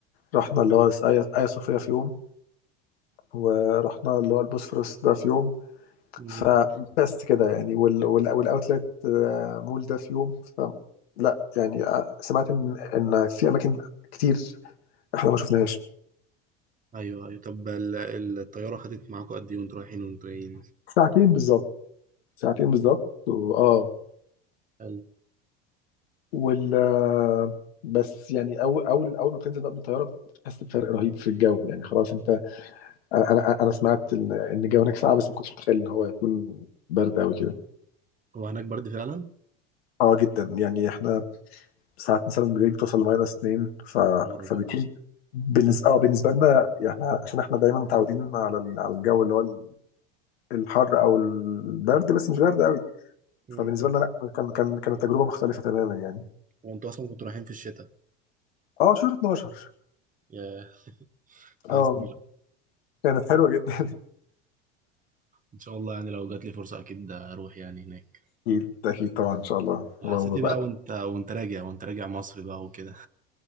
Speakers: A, on the left; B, on the right.
A: رحنا اللي هو آيا آيا صوفيا في يوم ورحنا اللي هو البوسفورس ده في يوم
B: أمم.
A: فبس كده يعني وال وال والأوتلت آه مول ده في يوم فلا يعني آه سمعت إن إن في أماكن كتير احنا ما شفناهاش
B: أيوه أيوه طب ال- ال- الطيارة خدت معاكم قد إيه وأنتوا رايحين وأنتوا جايين؟
A: ساعتين بالظبط ساعتين بالظبط وآه
B: حلو
A: وال بس يعني اول اول اول ما بتنزل بقى من الطياره بتحس بفرق رهيب في الجو يعني خلاص انت انا انا انا سمعت ان إن الجو هناك ساقع بس ما كنتش متخيل ان هو هيكون برد قوي كده
B: هو هناك برد فعلا؟
A: اه جدا يعني احنا ساعات مثلا بالليل بتوصل لماينس 2 ف...
B: نهار
A: فبيكون
B: أبيض
A: بالنسبه اه بالنسبه لنا يعني احنا عشان احنا دايما متعودين على ال- على الجو اللي هو ال- الحر او البرد بس مش برد قوي
B: مم.
A: فبالنسبه لنا لا كان كان كانت تجربه مختلفه تماما يعني
B: وأنتوا أصلا كنتوا رايحين في الشتاء
A: اه شهر 12
B: يا لازم
A: اه كانت حلوه جدا
B: إن شاء الله يعني لو جات لي فرصة أكيد أروح يعني هناك
A: أكيد أكيد طبعا إن شاء الله
B: وحسيت
A: اللهم
B: إيه
A: بارك
B: بقى وأنت وأنت راجع وأنت راجع مصر بقى وكده